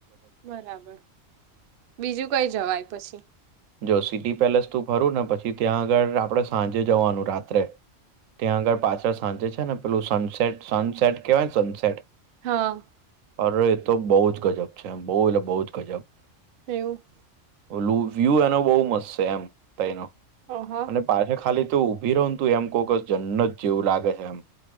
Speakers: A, on the right; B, on the right.
A: બરાબર, બીજું કંઈ જવાય પછી.
B: જો સિટી પેલેસ તું ફરું ને, પછી ત્યાં આગળ આપણે સાંજે જવાનું, રાત્રે. ત્યાં આગળ પાછળ સાંચે છે ને, પેલું સનસેટ સનસેટ કેવાય, સનસેટ.
A: હા.
B: અરે એ તો બહુ જ ગજબ છે એમ. બઉુ એટલે બહુ જ ગજબ.
A: એવું.
B: ઓ, એનુ વ્યુ એનો બહુ મસ્ત છે એમ. ત્યનો એનો
A: ઓહ
B: અને પાછળ ખાલી તું ઊભી રહો તો, તું એમ કોકસ જન્નત જ જેવું લાગે છે એમ.